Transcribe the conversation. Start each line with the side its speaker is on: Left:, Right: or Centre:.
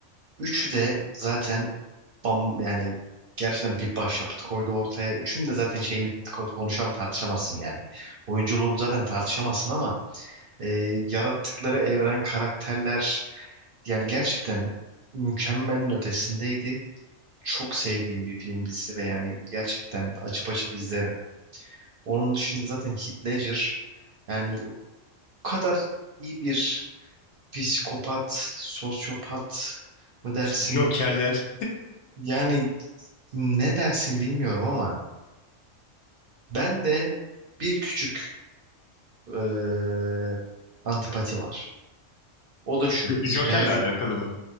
Right: üçü de zaten bam yani gerçekten bir başyapıt koydu ortaya. Üçünün de zaten şeyini ko- konuşamam tartışamazsın yani. Oyunculuğunu zaten tartışamazsın ama e, yarattıkları evren, karakterler yani gerçekten mükemmelin ötesindeydi çok sevdiğim bir film dizisi ve yani gerçekten açıp açıp izlerim. Onun dışında zaten Heath Ledger yani o kadar iyi bir psikopat, sosyopat mı dersin?
Left: Jokerler
Right: Yani ne dersin bilmiyorum ama ben de bir küçük eee, antipati var. O da şu.
Left: Joker'le
Right: Reali
Left: alakalı mı?